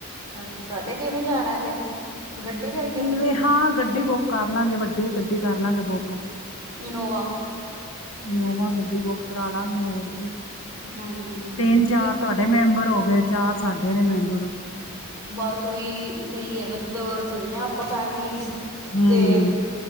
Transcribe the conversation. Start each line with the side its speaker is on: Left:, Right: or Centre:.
Right: ਅੱਛਾ ਤੇ ਕਿਵੇਂ ਜਾਣਾ ਫਿਰ। ਗੱਡੀ ਕਰਕੇ
Left: ਕਿਵੇਂ
Right: ਆਪਣੀ
Left: ਹਾਂ ਗੱਡੀ ਬੁੱਕ ਕਰ ਲਾਂਗੇ ਵੱਡੀ ਗੱਡੀ ਕਰ <unintelligible>
Right: ਇਨੋਵਾ
Left: ਇਨੋਵਾ ਗੱਡੀ ਬੁੱਕ ਕਰਾਲਾਂਗੇ ਹੋਰ
Right: ਹਾਂਜੀ
Left: ਤਿੰਨ ਚਾਰ
Right: ਨੀ
Left: ਤੁਹਾਡੇ ਮੈਂਬਰ ਹੋ ਗਏ। ਚਾਰ ਸਾਡੇ ਨੇ ਮੈਂਬਰ।
Right: ਬਸ ਓਹੀ ਸਹੀ ਹੈ ਬਸ ਦੋਵੇ ਚੱਲਣੇ ਹਾਂ ਆਪਾਂ ਫੈਮਲੀਸ।
Left: ਹਮ
Right: ਤੇ